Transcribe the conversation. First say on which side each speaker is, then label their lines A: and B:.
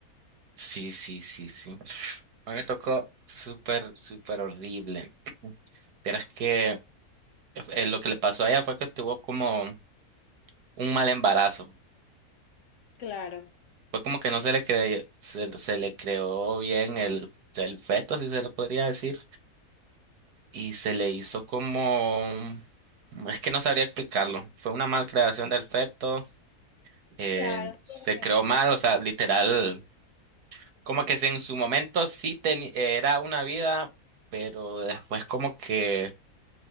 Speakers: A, on the right (about 85°); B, on the left (about 65°).
A: Sí, sí, sí, sí. A mí me tocó súper, súper horrible. <clears throat> Pero es que eh, lo que le pasó a ella fue que tuvo como un mal embarazo.
B: Claro,
A: Fue como que no se le cre- se, se le creó bien el, el feto, si se lo podría decir. Y se le hizo como... Es que no sabría explicarlo. Fue una malcreación del feto eh,
B: claro, sí,
A: se creó
B: es mal-
A: mal, o sea, literal, como que se- en su momento sí teni- era una vida, pero después como que